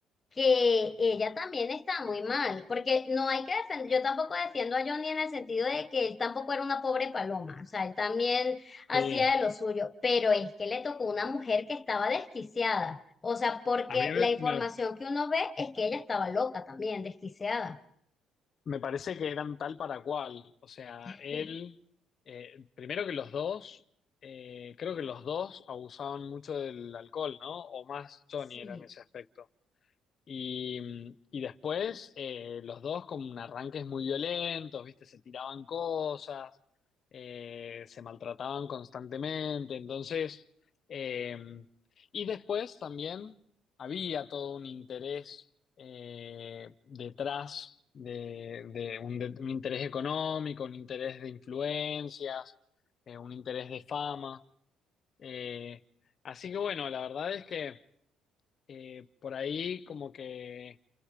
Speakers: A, on the left; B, on the left.
A: que ella también está muy mal, porque no hay que defender, yo tampoco defiendo a Johnny en el sentido de que él tampoco era una pobre paloma, o sea, él también hacía
B: sí.
A: de lo suyo, pero es que le tocó una mujer que estaba desquiciada, o sea, porque
B: A mí me,
A: la información
B: me-
A: que uno ve es que ella estaba loca también, desquiciada.
B: Me parece que eran tal para cual. O sea,
A: <laughs>
B: él, eh, primero que los dos, eh, creo que los dos abusaban mucho del alcohol, ¿no? O más Johnny
A: Sí.
B: era en ese aspecto. Y, y después eh, los dos con arranques muy violentos, ¿viste? Se tiraban cosas, eh, se maltrataban constantemente. Entonces, eh, y después también había todo un interés eh, detrás de, de un, de- un interés económico, un interés de influencias, eh, un interés de fama. Eh, así que bueno, la verdad es que eh, por ahí como que